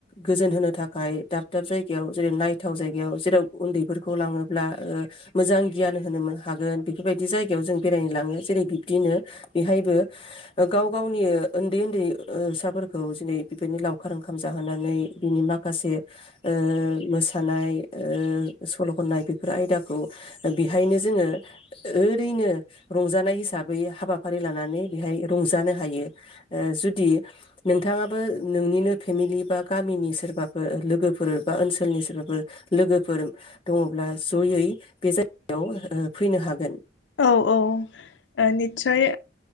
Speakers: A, on the left; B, on the left.
A: गोजोन होनो थाखाय दाब दाब जायगायाव जेरै नायथाव जायगायाव जेराव उन्दैफोरखौ लाङोब्ला ओ मोजां गियान होनो हागोन बेफोरबायदि जायगायाव जों बेरायनो लाङो जेरै बिब्दिनो बेहायबो गाव गावनि ओन्दै ओन्दै ओ साफोरखौ जेनै बेबायदिनो लावखार ओंखाम जाहोनानै बिनि माखासे ओ मोसानाय ओ सल'खननाय बेफोर आयदाखौ बेहायनो जोङो ओरैनो रंजानाय हिसाबै हाबाफारि लानानै बेहाय रंजानो हायो ओ जुदि नोंथाङाबो नोंनिनो फेमिलि बा गामिनि सोरबाफोर लोगोफोर बा ओनसोलनि सोरबाफोर लोगोफोर दङब्ला जयै बे जायगायाव ओ फैनो हागोन
B: औ औ ओ निस्सय